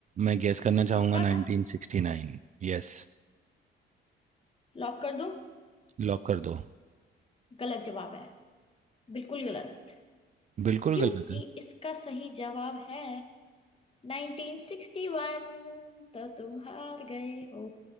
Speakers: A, on the right; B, on the left.
A: मैं गेस करना चाहूँगा
B: पक्का
A: 1969 yes
B: लॉक कर दूं
A: Lock कर दो
B: गलत जवाब है बिल्कुल गलत
A: बिल्कुल
B: क्योंकि
A: गलत है
B: इसका सही जवाब है 1961 तो तुम हार गए हो